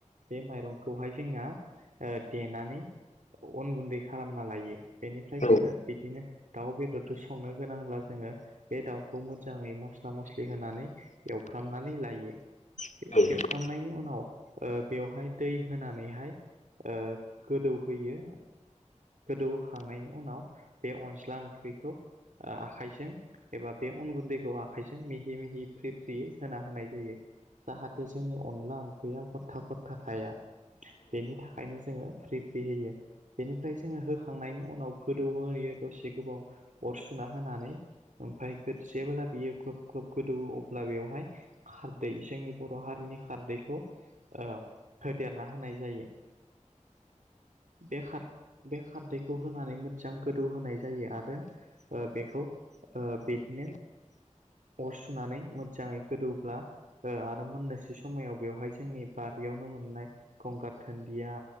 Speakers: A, on the right (about 80°); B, on the left (about 70°).
A: बे माइरंखौहाय जोंना ओ देनानै अन गुन्दै खालामना लायो। बेनिफ्राय जोंङो
B: औ नोंथां औ
A: बिदिनो दाउ बेदरजों संनो गोनांब्ला जोंङो बे दाउखौ मोजाङै मस मसला मसला होनानै एवफ्राम लायो
B: नोंथां
A: एवफ्रामनायनि उनाव ओ बेवहाय दै होनानैहाय ओ गोदौ होयो गोदौ होखांनायनि उनाव बे अनज्ला ओंख्रिखौ ओ आखाइजों एबा बे अन गुन्दैखौ आखाइजों मिहि मिहि फ्रि फ्रियै होना होनाय जायो। जाहाथे जोंनि अनला ओंख्रिया गथा गथा थाया। बेनि थाखायनो जोंङो फ्रि फ्रि होयो। बेनिफ्राय जोंङो होखांनायनि उनाव गोदौहोयो दसे गोबाव अर सुना होनानै ओमफ्राय जेब्ला बियो ग्लब ग्लब गोदौवो अब्ला बेवहाय खारदै जोंनि बर' हारिनि खारदैखौ ओ होदेरना होनाय जायो। <unintelligible> बे खार बे खारदैखौ होनानै मोजां गोदौ होनाय जायो आरो ओ बेखौ ओ बिदिनो अर सुनानै मोजांङै गोदौब्ला ओ आरो मोननोसै समायाव बेवहाय जोंनि बारियावनो मोननाय गंगार घोनदिया